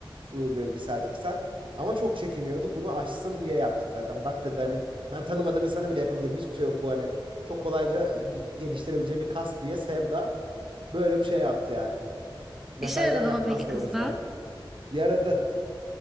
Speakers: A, on the right; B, in the centre.
A: Bu Böyle bir saat iki saat. Ama çok çekiniyordu. Bunu aşsın diye yaptık zaten. Bak dedi hani ben tanımadığım insana bile yapabilirim. Hiçbir şey yok bu hani çok kolayca g- geliştirebileceğim bir kas diye Sevda böyle bir şey yaptı yani. Mesajdan
B: İşe yaradı
A: yapmazdı
B: mı peki kızda?
A: o yüzden. Yaradı.